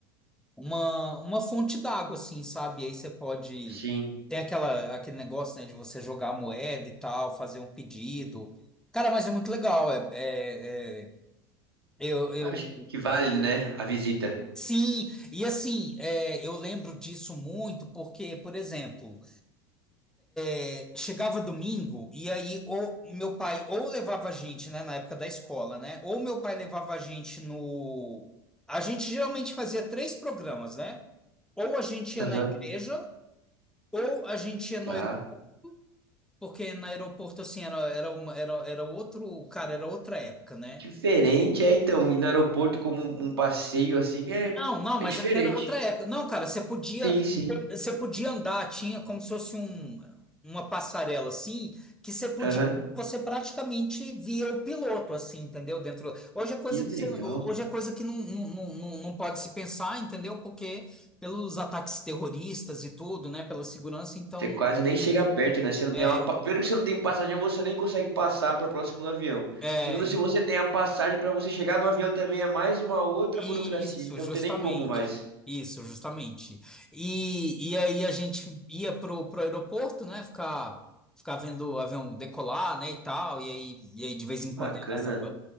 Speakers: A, in the centre; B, on the right.
A: uma, uma fonte d'água, assim, sabe? E aí você pode.
B: Sim.
A: Tem aquela, aquele negócio, né, de você jogar a moeda e tal, fazer um pedido. Cara, mas é muito legal. É, é- é- eu, eu,
B: Acho que vale, né, a visita.
A: sim, e assim, é, eu lembro disso muito porque, por exemplo. É, Chegava domingo e aí ou meu pai ou levava a gente, né, na época da escola, né? Ou meu pai levava a gente no A gente geralmente fazia três programas, né? Ou a gente ia
B: Aham.
A: na igreja, ou a gente ia
B: Tá.
A: no aeroporto, porque no aeroporto assim era era uma, era, era outro, cara, era outra época, né?
B: Diferente, é então, ir no aeroporto como um um passeio assim é,
A: Não, não,
B: é
A: mas
B: diferente.
A: é que era outra época. Não, cara, você podia,
B: Sim, sim.
A: você podia andar, tinha como se fosse um, uma passarela assim, que você podia,
B: Aham.
A: você praticamente via o piloto assim, entendeu? Dentro. Hoje é coisa
B: Que legal.
A: que você, hoje é coisa que não, não, não, não não pode se pensar, entendeu? Porque pelos ataques terroristas e tudo, né, pela segurança, então
B: Você quase nem chega perto, né? Você não
A: é,
B: tem uma. pa- Primeiro que você não tem passagem, você nem consegue passar para próximo do avião.
A: é,
B: Segundo, se você tem a passagem para você chegar no avião também, é mais uma outra
A: Isso,
B: burocracia. Então
A: justamente.
B: não tem nem como mais.
A: Isso, justamente. E, e aí a gente ia pro, pro aeroporto, né? Ficar, ficar vendo o avião decolar, né? E tal. E aí, e aí de vez
B: Que
A: em
B: bacana.
A: quando ia lá essa.